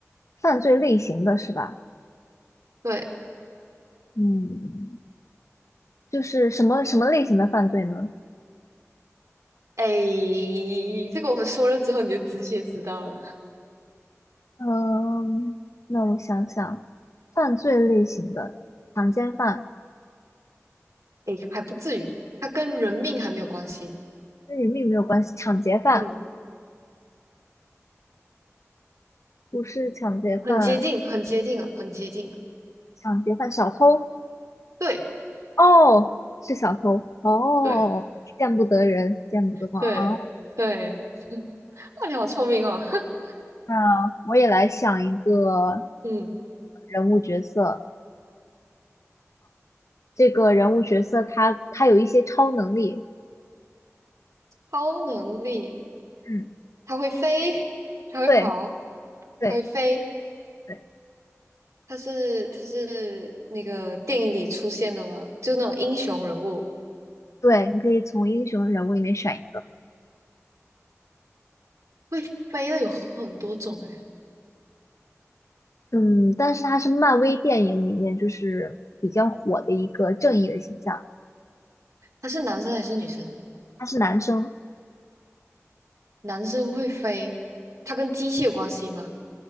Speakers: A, on the left (about 70°); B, on the right (about 80°).
A: 犯罪类型的是吧？
B: 对，
A: 嗯，就是什么什么类型的犯罪呢？
B: 哎，这个我说了之后你就直接知道了。
A: 嗯，那我想想，犯罪类型的强奸犯
B: 哎，还不至于，它跟人命还没有关系。
A: 跟人命没有关系，抢劫犯
B: 嗯，
A: 不是抢劫犯，
B: 很接近，很接近了，很接近。
A: 抢劫犯小偷
B: 对，
A: 哦，是小偷哦，
B: 对，
A: 见不得人，见不得光啊。
B: 对，对。哇，你好聪明哦。<laughs>
A: 那我也来想一个
B: 嗯，
A: 人物角色，这个人物角色他他有一些超能力，
B: 超能力，
A: 嗯，
B: 它会飞，它会跑，
A: 对对
B: 它会飞。
A: 对
B: 它是它是那个电影里出现的吗？就是那种英雄人物
A: 对，你可以从英雄人物里面选一个，
B: 会飞的有很多种诶，
A: 嗯，但是他是漫威电影里面就是比较火的一个正义的形象，
B: 它是男生还是女生？
A: 他是男生，
B: 男生会飞，他跟机器有关系吗？